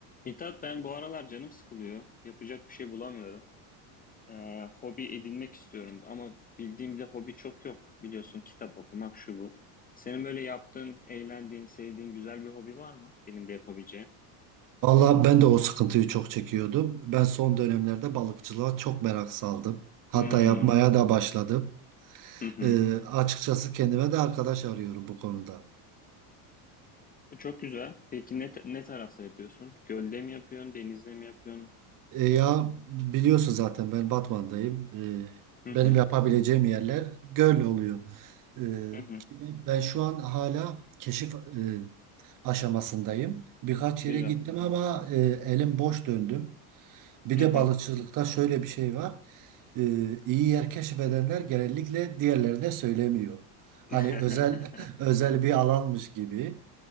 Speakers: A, on the left; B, on the right.
A: Mithat ben bu aralar canım sıkılıyor. Yapacak bir şey bulamıyorum. Ee, hobi edinmek istiyorum ama bildiğim bir hobi çok yok. Biliyorsun kitap okumak şu bu. Senin böyle yaptığın, eğlendiğin, sevdiğin güzel bir hobi var mı? Benim de yapabileceğim.
B: Vallahi ben de o sıkıntıyı çok çekiyordum. Ben son dönemlerde balıkçılığa çok merak saldım. Hatta
A: Hmm.
B: yapmaya da başladım.
A: Hı hı.
B: Ee, açıkçası kendime de arkadaş arıyorum bu konuda.
A: E, Çok güzel. Peki ne, ne tarafta yapıyorsun? Gölde mi yapıyorsun, denizde mi yapıyorsun?
B: E, ya biliyorsun zaten ben Batman'dayım. Ee,
A: Hı
B: benim
A: hı.
B: yapabileceğim yerler göl oluyor. Ee,
A: Hı hı.
B: ki ben ben şu an hala keşif e, aşamasındayım. Birkaç yere
A: Güzel.
B: gittim ama e, elim boş döndüm. Bir
A: Hı
B: de
A: hı.
B: balıkçılıkta şöyle bir şey var. e, iyi yer keşfedenler genellikle diğerlerine söylemiyor. Hani
A: <laughs>
B: özel <laughs> özel bir alanmış gibi